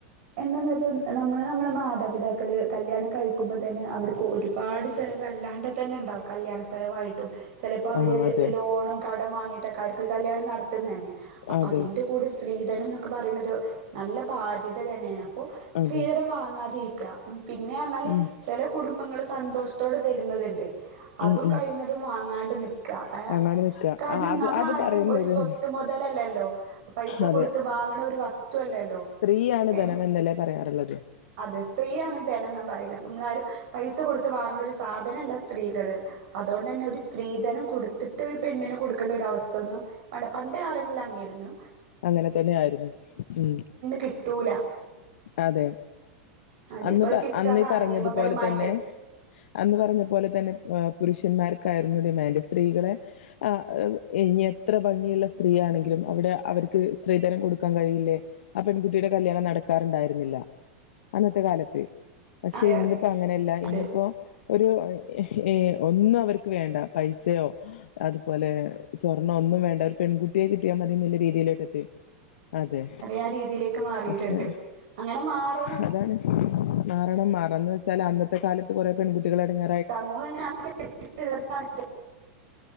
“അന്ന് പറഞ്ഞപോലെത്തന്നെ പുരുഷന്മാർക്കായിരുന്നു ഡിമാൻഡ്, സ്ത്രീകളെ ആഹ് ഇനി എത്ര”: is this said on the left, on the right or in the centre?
Left